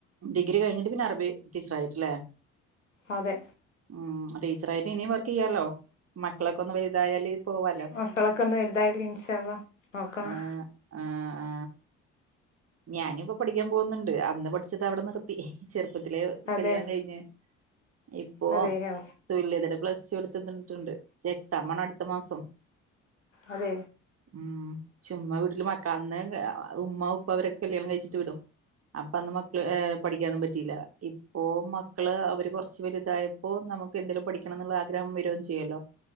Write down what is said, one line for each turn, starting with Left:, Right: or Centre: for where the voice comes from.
Right: ഡിഗ്രി കഴിഞ്ഞിട്ട് പിന്നെ അറബി ടീച്ചർ ആയിട്ട് അല്ലെ
Left: അതെ
Right: ഉം ടീച്ചറായിട്ട് ഇനിയും വർക്ക് ചെയ്യാലോ മ- മക്കളൊക്കെഒന്ന് വലുതയാല് പോവാലോ
Left: മക്കളൊക്കെ ഒന്ന് വലുതായാല് ഇൻഷാ അള്ളാ നോക്കണം
Right: ആ ആ ആ ഞാനും ഇപ്പ പഠിക്കാൻ പോകുന്നുണ്ട് അന്ന് പഠിച്ചത് അവിടെ നിർത്തി ചെറുപ്പത്തി-
Left: അതെ
Right: കല്യാണം കഴിഞ്ഞഞ് ഇപ്പൊ
Left: അതെയോ
Right: തുല്യതടെ പ്ലസ്ടു എടു ത്തി ട്ടുണ്ട് എക്സാമാണ് അടുത്ത മാസം
Left: അത
Right: ഉം ചുമ്മാ വീട്ടില് മക്കളന്ന് ഉമ്മ ഉ പ്പഅവരൊക്കെ കല്യാണം കഴിച്ചിട്ട് വിടും അപ്പൊ അന്ന് മക്കള് ഏ - പഠിക്കാനും പറ്റിയില്ല ഇപ്പോ മക്കള് അവര് കുറച്ച് വലുതായപ്പോ നമുക്ക് എന്തെങ്കിലും പഠിക്കണം എന്നുള്ള ആഗ്രഹം വരയും ചെയ്യല്ലോ